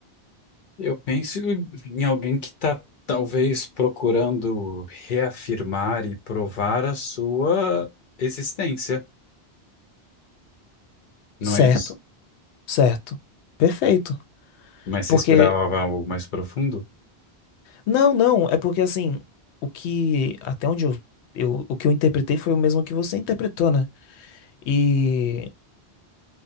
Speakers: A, on the left (about 60°); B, on the left (about 85°).
A: Eu penso em alguém que está talvez procurando reafirmar e provar a sua existência, não
B: Certo,
A: é isso?
B: certo, perfeito.
A: Mas
B: Porque,
A: você esperava algo mais profundo?
B: não, não, é porque assim, o que, até onde eu, eu, o que eu interpretei foi o mesmo que você interpretou, né? E